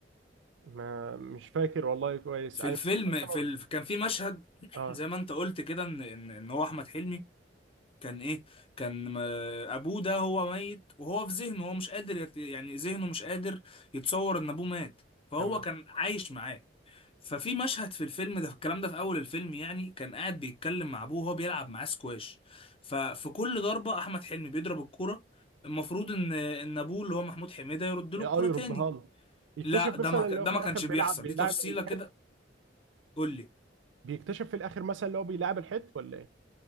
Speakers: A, on the right; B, on the left.
A: ما مش فاكر والله كويس
B: في
A: انا
B: الفيلم
A: سامع
B: في ال... كان في مشهد <clears throat>
A: اه
B: زي ما انت قلت كده ان ان إن هو احمد حلمي كان ايه كان م- ابوه ده هو ميت وهو في ذهنه هو مش قادر يت... يعني ذهنه مش قادر يتصور ان ابوه مات فهو
A: تمام
B: كان عايش معاه ففي مشهد في الفيلم ده الكلام ده في اول الفيلم يعني كان قاعد بيتكلم مع ابوه وهو بيلعب معاه سكواش ففي كل ضربة احمد حلمي بيضرب الكرة المفروض ان ان ابوه اللي هو محمود حميدة يرد له
A: إيه،
B: الكرة
A: اه يردها
B: تاني
A: له يكتشف
B: لا
A: مثلا
B: ده ما ك-
A: اللي
B: ده
A: هو في
B: ما
A: الاخر
B: كانش
A: بيلعب
B: بيحصل
A: بيلعب
B: دي تفصيلة
A: الحيت
B: كده قول لي
A: بيكتشف في الاخر مثلا اللي هو بيلعب الحيت ولا ايه؟